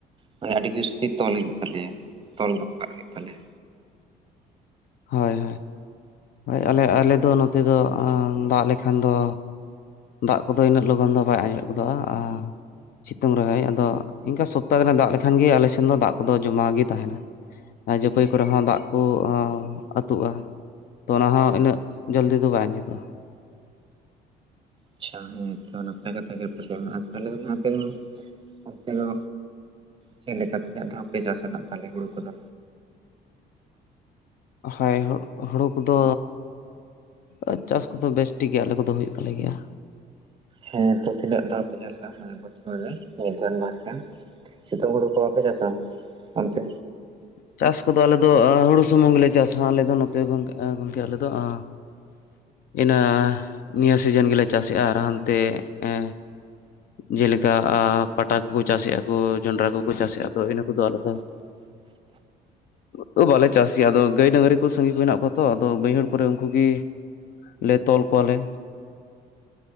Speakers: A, on the right; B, on the left.
A: ᱢᱟᱱᱮ ᱟᱹᱰᱤ ᱡᱟᱹᱥᱛᱤ ᱛᱚᱞ ᱦᱩᱭᱩᱜ ᱛᱟᱞᱮᱭᱟ᱾ ᱛᱚᱞ ᱫᱚᱦᱚ ᱠᱟᱜ ᱦᱩᱭᱩᱜ ᱛᱟᱞᱮᱭᱟ᱾
B: ᱦᱳᱭ ᱦᱳᱭ ᱦᱳᱭ ᱟᱞᱮ ᱟᱞᱮ ᱫᱚ ᱱᱚᱛᱮ ᱫᱚ ᱟᱸ ᱫᱟᱜ ᱞᱮᱠᱷᱟᱱ ᱫᱚ ᱫᱟᱜ ᱠᱚᱫᱚ ᱩᱱᱟᱹᱜ ᱞᱚᱜᱚᱱ ᱫᱚ ᱵᱟᱭ ᱟᱸᱡᱮᱫ ᱜᱚᱫᱚᱜᱼᱟ᱾ ᱟ ᱥᱤᱛᱩᱝ ᱨᱮᱦᱚᱭ ᱟᱫᱚ ᱤᱝᱠᱟ ᱥᱚᱯᱛᱟ ᱜᱟᱱᱮ ᱫᱟᱜ ᱞᱮᱠᱷᱟᱱ ᱜᱮ ᱟᱞᱮ ᱥᱮᱱ ᱫᱚ ᱫᱟᱜ ᱠᱚᱫᱚ ᱡᱚᱢᱟ ᱜᱮ ᱛᱟᱦᱮᱱᱟ᱾ ᱟ ᱡᱟᱹᱯᱟᱹᱭ ᱠᱚᱨᱮ ᱦᱚᱸ ᱫᱟᱜ ᱠᱚ ᱟᱸ ᱟᱹᱛᱩᱜᱼᱟ, ᱛᱚ ᱚᱱᱟ ᱦᱚᱸ ᱩᱱᱟᱹᱜ ᱡᱟᱞᱫᱤ ᱫᱚ ᱵᱟᱭ ᱟᱸᱡᱮᱛᱟᱜᱼᱟ᱾
A: ᱟᱪᱪᱷᱟ ᱦᱮᱸ ᱛᱚ ᱱᱟᱯᱟᱭ ᱠᱟᱛᱷᱟ ᱜᱮ <unintelligible> ᱟᱨ ᱛᱟᱦᱞᱮ ᱫᱚ ᱦᱟᱯᱮᱱ ᱚᱱᱛᱮ ᱫᱚ ᱪᱮᱜ ᱞᱮᱠᱟ ᱛᱤᱱᱟᱹᱜ ᱫᱷᱟᱯᱮ ᱪᱟᱥᱟᱱᱟᱜ ᱛᱟᱞᱮ ᱦᱩᱲᱩ ᱠᱚᱫᱚ?
B: ᱦᱳᱭ ᱦᱳᱲᱳ ᱠᱚᱫᱚ ᱟ ᱪᱟᱥ ᱠᱚᱫᱚ ᱵᱮᱥ ᱴᱷᱤᱠ ᱜᱮᱭᱟ ᱟᱞᱮ ᱠᱚᱫᱚ ᱦᱩᱭᱩᱜ ᱛᱟᱞᱮ ᱜᱮᱭᱟ᱾
A: ᱦᱮᱸ ᱛᱚ ᱛᱤᱱᱟᱹᱜ ᱫᱟᱣ ᱯᱮ ᱪᱟᱥᱟ ᱢᱟᱱᱮ ᱵᱚᱪᱷᱚᱨ ᱨᱮ <inaudible> ᱥᱤᱛᱩᱝ ᱦᱩᱲᱩ <unintelligible> ᱚᱱᱛᱮ
B: ᱪᱟᱥ ᱠᱚᱫᱚ ᱟᱞᱮ ᱫᱚ ᱦᱩᱲᱩ ᱥᱩᱢᱩᱝ ᱜᱮᱞᱮ ᱪᱟᱥᱟ ᱟᱞᱮ ᱫᱚ ᱱᱚᱛᱮ ᱜᱚᱢᱠᱮ ᱜᱚᱝᱠᱮ ᱟᱞᱮ ᱫᱚ ᱟ ᱤᱱᱟᱹ ᱱᱤᱭᱟᱹ ᱥᱤᱡᱤᱱ ᱜᱮᱞᱮ ᱪᱟᱥᱮᱜᱼᱟ ᱟᱨ ᱦᱟᱱᱛᱮ ᱮ ᱡᱮᱞᱮᱠᱟ ᱯᱟᱴᱟ ᱠᱚᱠᱚ ᱪᱟᱥᱮᱜᱼᱟ ᱠᱚ, ᱡᱚᱱᱰᱨᱟ ᱠᱚ। ᱪᱟᱥᱮᱫᱼᱟ, ᱟᱫᱚ ᱤᱱᱟᱹ ᱠᱚᱫᱚ ᱟᱞᱮ ᱫᱚ ᱵᱟᱞᱮ ᱪᱟᱥ ᱜᱮᱭᱟ ᱟᱫᱚ ᱜᱟᱹᱭ ᱰᱟᱝᱨᱤ ᱠᱚ ᱥᱟᱸᱜᱤᱧ ᱠᱚ ᱦᱮᱱᱟᱜ ᱠᱚᱣᱟ ᱛᱚ, ᱟᱫᱚ ᱵᱟᱹᱭᱦᱟᱹᱲ ᱠᱚᱨᱮ ᱩᱱᱠᱩᱜ ᱜᱮ ᱞᱮ ᱛᱚᱞ ᱠᱚᱣᱟᱞᱮ।